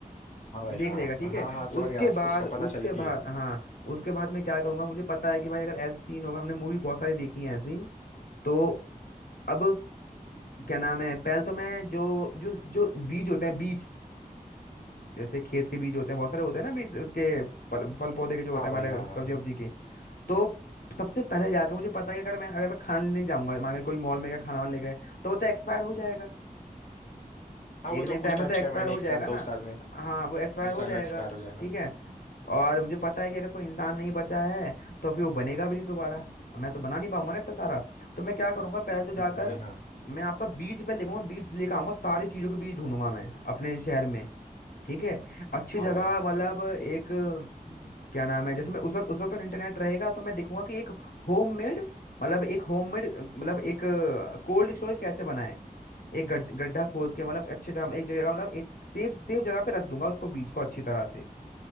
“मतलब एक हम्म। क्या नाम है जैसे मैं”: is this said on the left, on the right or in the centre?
Left